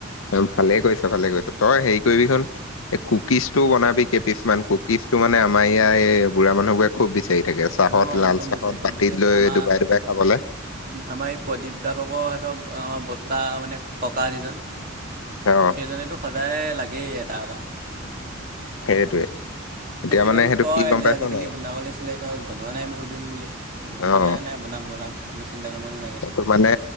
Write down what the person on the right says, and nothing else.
অঁ
খুব
বিচাৰে খুব
বিচাৰে
আমাৰ
আমাৰ এই প্ৰদীপ দাভকৰ হাতত আমাৰ বৰ্তাহ মানে ককা যিজন।
সেইজনীতো সদায় লাগেই এটা এটা।
তেখেতে
মোক
কয়
যে
আজিকালি
বনাব লাগিছিলে তই বনোৱা নাই বহুত দিন বুলি মই বোলো
নাই নাই বনাম বনাম আপুনি চিন্তা কৰিব নালাগে।